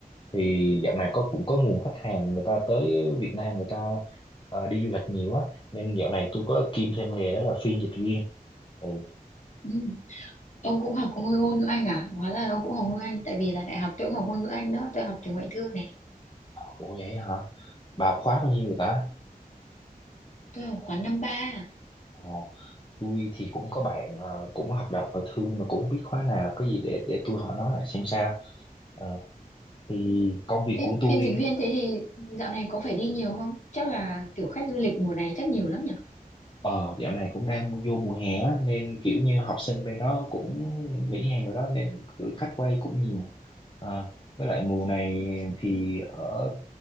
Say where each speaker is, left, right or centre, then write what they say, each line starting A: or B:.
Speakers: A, on the left; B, on the left.
A: Thì dạo này có cũng có nguồn khách hàng người ta tới Việt Nam người ta ờ, đi du lịch nhiều á, nên dạo này tôi có kiêm thêm nghề đó là phiên dịch viên. Ừ,
B: Ừ. Ông cũng học ngôn ngôn ngữ Anh à? Hóa ra là ông cũng học ngôn ngữ Anh tại vì là đại học tôi cũng học ngôn ngữ Anh đó. Tôi học trường ngoại thương này.
A: ủa vậy hả? Bà học khóa bao nhiêu rồi ta?
B: Tôi học khóa năm ba. à.
A: Ờ. tôi thì cũng có bạn ờ, cũng hoạt động ngoại thương mà cũng không biết khóa nào có gì để để tôi hỏi nó lại xem sao Ờ, thì công việc
B: Ê,
A: của tôi
B: phiên dịch viên thế thì dạo này có phải đi nhiều không? Chắc là kiểu khách du lịch mùa này chắc nhiều lắm nhỉ?
A: ờ, dạo này cũng đang vô mùa hè á, nên kiểu như học sinh bên đó cũng nghỉ hè rồi đó nên lượng khách qua đây cũng nhiều Ờ, với lại mùa này thì ở